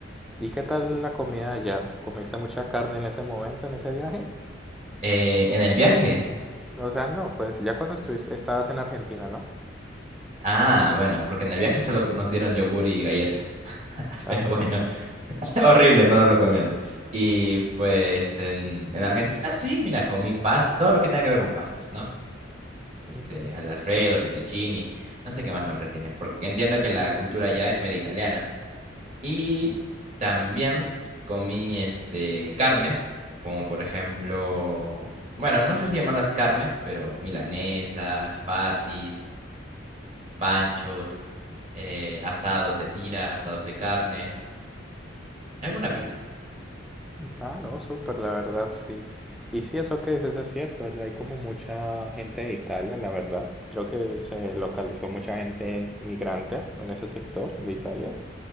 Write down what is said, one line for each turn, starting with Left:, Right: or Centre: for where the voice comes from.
Centre: ¿Y qué tal la comida allá? ¿Comiste mucha carne en ese momento, en ese viaje?
Right: Eh, en el viaje
Centre: O sea, no, pues ya cuando estuviste, estabas en Argentina, ¿no?
Right: Ah, bueno, porque en el viaje solo nos dieron yogur y galletas. <laughs>
Centre: Ah,
Right: Pero bueno, <laughs> horrible, no lo recomiendo. Y pues en, en Argentina sí, mira, comí paz, todo lo que tenga que ver con pastas, ¿no? Este,
Centre: ujú,
Right: al Alfredo, fettuccini, no sé qué más nombres tienen, porque entiendo que la cultura ya es media italiana. Y también comí este carnes, como por ejemplo, bueno, no sé si llamarlas carnes, pero milanesas, patis panchos, eh, asados de tira, asados de carne, alguna
Centre: eh,
Right: pizza.
Centre: Ah, no, súper, la verdad, sí. Y sí, eso que dices es cierto, allá hay como mucha gente de Italia, la verdad. Creo que se localizó mucha gente migrante en ese sector de Italia.